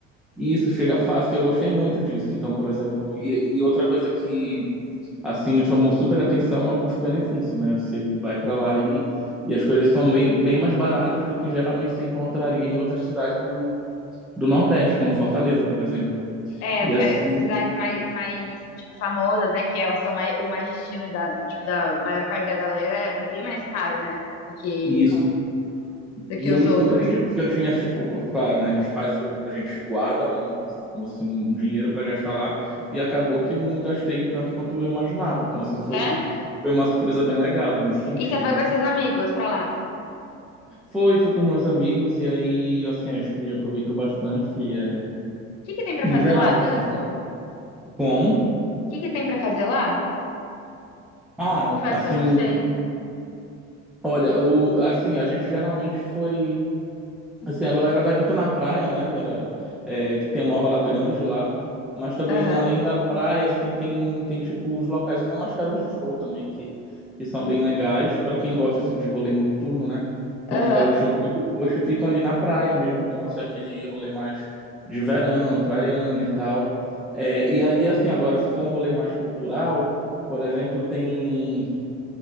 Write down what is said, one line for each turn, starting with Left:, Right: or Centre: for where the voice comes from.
Centre: E isso chega fácil, e eu gostei muito disso. Então, por exemplo, e, e outra coisa que assim me chamou super atenção é o custo-benefício, né? Você vai para lá e, e as coisas são bem, bem mais baratas do que geralmente você encontraria em outras cidades do, do Nordeste, como Fortaleza, por exemplo.
Left: É,
Centre: E
Left: é,
Centre: assim,
Left: essas cidades mais, mais tipo, famosas, né? Que é, são mais, o mais destino da, tipo, da maior parte da galera, é bem mais caro, né? Do que,
Centre: e isso,
Left: do
Centre: e
Left: que
Centre: eu
Left: os
Centre: me surpreendi
Left: outros.
Centre: porque eu tinha tipo, claro, né, a gente faz o, a gente guarda um, assim, um dinheiro para gastar lá e acabou que não gastei tanto quanto eu imaginava. Então, assim, foi
Left: É?
Centre: foi uma surpresa bem legal nesse sentido.
Left: E você foi com esses amigos pra lá? O
Centre: Foi, foi com os meus amigos, e aí, assim, acho que aproveitou bastante, e é,
Left: que que tem pra
Centre: no
Left: fazer
Centre: geral,
Left: lá, tanto?
Centre: assim, como?
Left: O que que tem pra fazer lá?
Centre: Ah,
Left: Confesso
Centre: assim,
Left: que eu não sei.
Centre: olha, o, assim, a gente geralmente foi Assim, a galera vai muito na praia, né? Era, é, que tem uma orla grande lá. Mas também,
Left: Aham,
Centre: além da praia, assim, tem, tem tipo os locais. Tem umas casas de show também que, que são bem legais. Pra quem gosta, assim, de rolê noturno, né? Tem
Left: aham,
Centre: umas casas de show muito boas que ficam ali na praia mesmo. Então, assim, aquele rolê mais de verão, praiano e tal. É, e ali, assim, agora, se for um rolê mais cultural, por exemplo, tem.